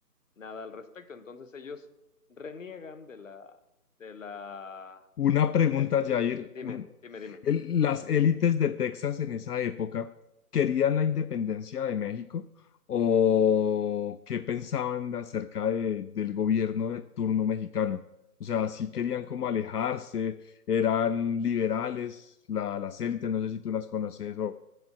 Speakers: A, on the left; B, on the left.
A: nada al respecto. Entonces ellos reniegan de la, de la,
B: Una pregunta,
A: del,
B: Jair.
A: dime,
B: Un-
A: dime, dime.
B: el- ¿las élites de Texas en esa época querían la independencia de México o qué pensaban de- acerca de- del gobierno de turno mexicano? O sea, sí querían
A: Eh,
B: como alejarse, eran liberales, la- las élites, no sé si tú las conoces o,